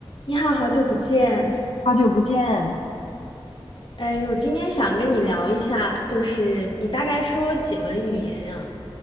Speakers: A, on the left; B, on the left.
A: 你好，好久不见。
B: 好久不见，
A: 哎，我今天想跟你聊一下，就是你大概说几门语言呀？